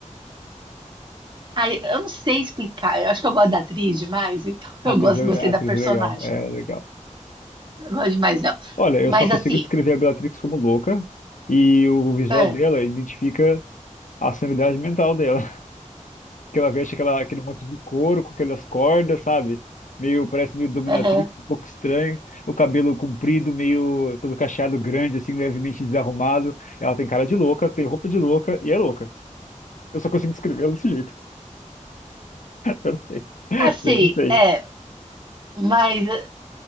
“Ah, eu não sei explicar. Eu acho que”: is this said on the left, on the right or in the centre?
Right